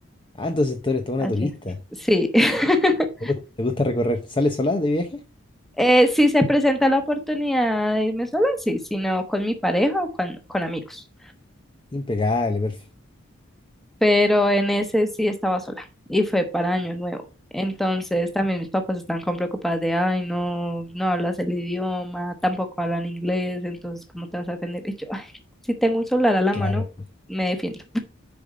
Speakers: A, on the left (about 25°); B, in the centre.
A: Ah, entonces tú eres toda una
B: Allá.
A: turista.
B: Sí. <laughs>
A: ¿Te gu- te gusta recorrer? ¿Sales sola de viaje?
B: Eh, si se presenta la oportunidad de irme sola, sí, sino con mi pareja o con, con amigos.
A: Impecable, perfecto.
B: Pero en ese sí estaba sola y fue para Año Nuevo. Entonces también mis papás están con preocupadas de, ay, no, no hablas el idioma, tampoco hablan inglés, entonces ¿cómo te vas a defender? Y yo, ay, si tengo un celular a la
A: Claro.
B: mano, me defiendo.